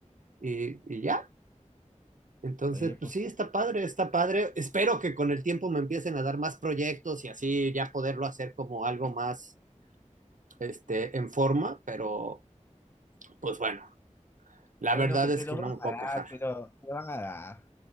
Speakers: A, on the right; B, on the left.
A: y, y ya. Entonces,
B: Oye,
A: pues
B: pues
A: sí,
B: qué
A: está padre, está padre. Espero que con el tiempo me empiecen a dar más proyectos y así ya poderlo hacer como algo más este, en forma, pero pues bueno, la
B: bueno
A: verdad
B: que
A: es
B: te los
A: que no
B: van
A: me puedo
B: a
A: quejar.
B: dar, que lo, te van a dar.